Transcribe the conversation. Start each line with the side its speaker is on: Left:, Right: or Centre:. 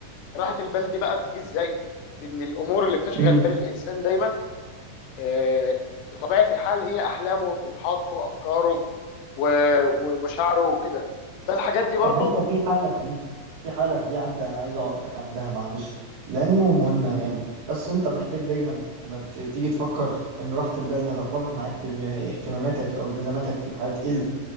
Left: راحة البال دي بقى بتيجي ازاي؟ ان الامور اللي بتشغل
Right: امم
Left: بال الانسان دايما آه، بطبيعة الحال هي احلامه وطموحاته وافكاره و- ومشاعره وكده فالحاجات دي برضو
Right: طب ما انت في حالة في دي في حالة في دي عندك عايز اوقفك عندها معلش لانه مهمة يعني بس انت محتاج دايما اما ت- تيجي تفكر ان راحة البال هترتبط معاك بان اهتماماتك او التزاماتك في الحياة تقل